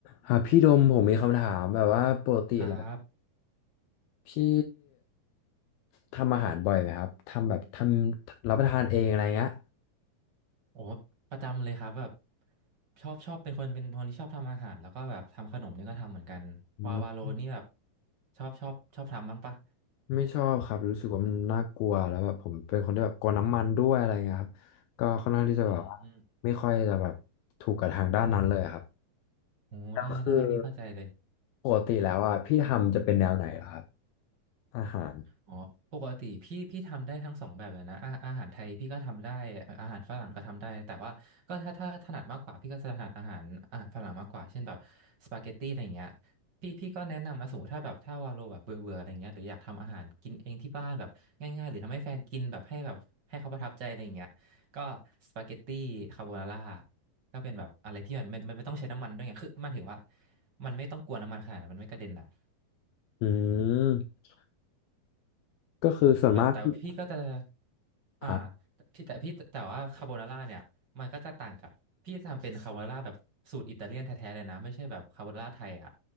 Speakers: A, on the left; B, on the right.
A: ครับพี่ดมผมมีคำถามแบบว่าปกติแล้ว
B: ครับ
A: พี่ทำอาหารบ่อยไหมครับทำแบบทำรับประทานเองอะไรเงี้ย
B: โอ้ประจำเลยครับแบบชอบชอบเป็นคนเป็นคนที่ชอบทำอาหารแล้วก็แบบทำขนมนี่ก็ทำเหมือนกันวาวาโลนี่แบบ
A: อืม
B: ชอบชอบชอบทำบ้างปะ
A: ไม่ชอบครับรู้สึกว่ามันน่ากลัวแล้วแบบผมเป็นคนที่แบบกลัวน้ำมันด้วยอะไรเงี้ยครับก็ค่อนข้างที่จะแบบว่าไม่ค่อยจะแบบถูกกับทางด้านนั้นเลยอะครับ
B: อืมโอ้ได้ได้พี่เข้าใจเลย
A: แล้วคือปกติแล้วอ่ะพี่ทำจะเป็นแนวไหนเหรอครับอาหาร
B: อ๋อปกติพี่พี่ทำได้ทั้งสองแบบเลยนะอาอาหารไทยพี่ก็ทำได้อาหารฝรั่งก็ทำได้แต่ว่าก็ถ้าถ้าถนัดมากกว่าพี่ก็จะถนัดอาหารอาหารฝรั่งมากกว่าเช่นแบบสปาเกตตี้อะไรอย่างเงี้ยพี่พี่ก็แนะนำมาสูมถ้าแบบถ้าวาโลแบบเบื่อเบื่ออะไรเงี้ยหรืออยากทำอาหารกินเองที่บ้านแบบง่ายๆหรือทำให้แฟนกินแบบให้แบบให้เขาประทับใจอะไรอย่างเงี้ยก็สปาเกตตี้คาโบนาร่าก็เป็นแบบอะไรที่มันมันมันไม่ต้องใช้น้ำมันด้วยไงคือหมันถึงว่ามันไม่ต้องกวนน้ำมันขนาดนั้นมันไม่กระเด็นอ่ะ
A: อืมก็คือส่วนมากพี่
B: แบบแต่พี่ก็จะอ่า
A: อ่า
B: พี่แต่พี่แต่ว่าคาโบนาร่าเนี่ยมันก็จะต่างกับพี่จะทำเป็นคาโบนาร่าแบบสูตรอิตาเลียนแท้ๆเลยนะไม่ใช่แบบคาโบนาร่าไทยอ่ะ